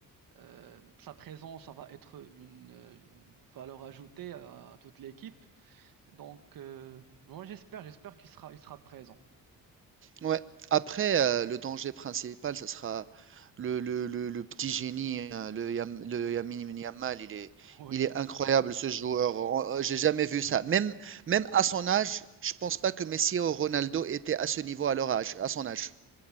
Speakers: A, on the right; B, on the right.
A: Euh, sa présence, ça va être une, euh, une valeur ajoutée à, à toute l'équipe. Donc, euh, moi, j'espère, j'espère qu'il sera, il sera présent.
B: Ouais. Après, euh, le danger principal, ce sera le, le, le, le petit génie, hein, le, Yam- le Lamine Yamal. Il est,
A: Oui.
B: il est incroyable, ce joueur. On- euh, J'ai jamais vu
A: <laughs>
B: ça. Même, même à son âge, je pense pas que Messi ou Ronaldo étaient à ce niveau à leur âge, à son âge.